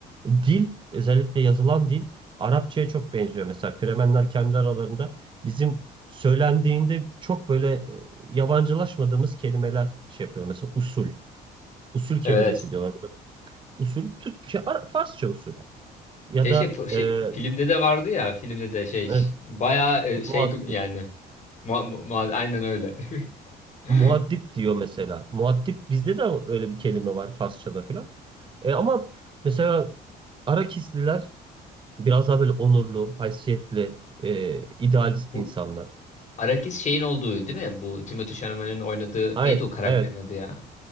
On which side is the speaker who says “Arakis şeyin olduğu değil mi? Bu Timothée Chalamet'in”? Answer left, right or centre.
Left